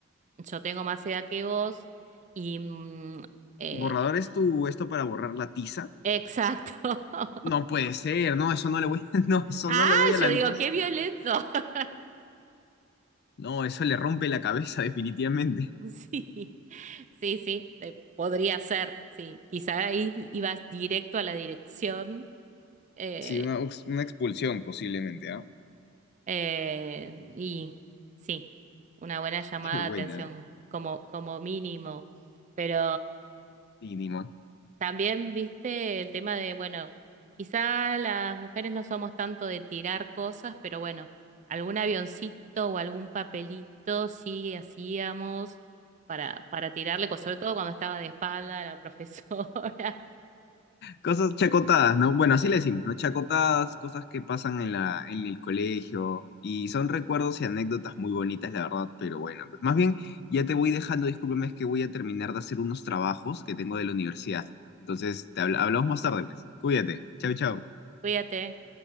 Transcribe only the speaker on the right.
yo tengo más edad que vos y... mm, eh,
exacto. <laughs>
Ah,
yo digo, qué violento. <laughs>
Sí, sí, sí, eh, podría ser, sí, quizá ahí ibas directo a la dirección. eh,
Eh, y sí, una buena llamada
de atención como, como mínimo. Pero
también viste el tema de, bueno, quizás las mujeres no somos tanto de tirar cosas, pero bueno, algún avioncito o algún papelito sí hacíamos para, para tirarle, co- sobre todo cuando estaba de espalda la profesora.
<laughs> Cuídate.